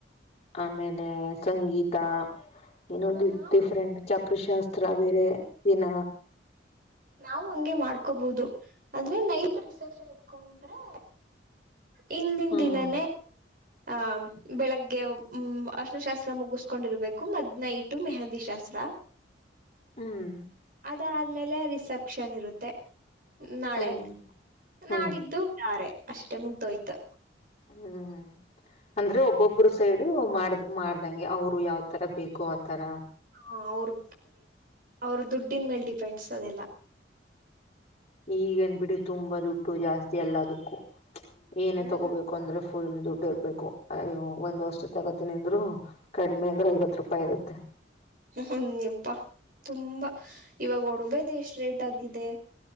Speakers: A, on the left; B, on the right.
A: ಆಮೇಲೆ ಎ ಸಂಗೀತ ಇನು
B: ನಾವು
A: ಡಿಫರೆಂಟ್ ಚಪ್ರಶಾಸ್ತ್ರ ಬೇರೆ ದಿನ
B: ನಾವು ಹಿಂಗೆ ಮಾಡ್ಕೋಬಹುದು ಅಂದ್ರೆ ನೈಟ್ ರಿಸೆಪ್ಷನ್ ಇಟ್ಕೊಂಡ್ರೆ ಹಿಂದಿನ
A: ಹ್ಮ್
B: ದಿನನೇ ಆಹ ಬೆಳಗ್ಗೆ ಹ್ಮ್ ಅರ್ಷನಶಾಸ್ತ್ರ ಮುಗಿಸಕೊಂಡಿರ್ಬೇಕು ಮತ್ ನೈಟು ಮೆಹೆಂದಿ ಶಾಸ್ತ್ರ
A: ಹ್ಮ್
B: ಅದಾದ್ಮೇಲೆ ರಿಸ್ ಪಕ್ಷನಿರುತ್ತೆ ನಾಳೆ
A: ಹ್ಮ್ ಹ್ಮ್
B: ನಾಡಿದ್ದು ಇದ್ದಾರೆ ಅಷ್ಟೆ ಮುಗ್ದೋಯ್ತು
A: ಹ್ಮ್ ಅಂದ್ರೆ ಒಬ್ಬೊಬ್ಬ್ರ ಸೈಡು ಮಾಡ ಮಾಡ್ದಂಗೆ ಅವರು ಯಾವ್ತರ ಬೇಕು ಆತರ
B: ಹಾ ಅವರು ಅವ್ರ ದುಡ್ಡಿನ ಮೇಲೆ ಡಿಫೆಂಡ್ಸ್ ಅದೆಲ್ಲಾ
A: ಈಗನ್ ಬಿಡಿ ತುಂಬಾ ದುಡ್ಡು ಜಾಸ್ತಿ ಎಲ್ಲದಕ್ಕೂ ಏನೇ
B: ಹ್ಮ್
A: ತಗೋಬೇಕು ಅಂದ್ರೆ ಫುಲ್ ದುಡ್ಡು ಇರ್ಬೇಕು ಅಯ್ಯೋ ಒಂದ್ ವಸ್ತು ತಗೋತನಿ ಅಂದ್ರು ಕಡಿಮೆ ಅಂದ್ರೆ ಐವತ್ ರೂಪಾಯಿ ಇರುತ್ತೆ.
B: ಹ್ಮಯ್ಯಪ್ಪ ತುಂಬಾ ಇವಾಗ ಒಡ್ವೆೇದ ಎಷ್ಟ ರೇಟ್ ಆಗಿದೆ.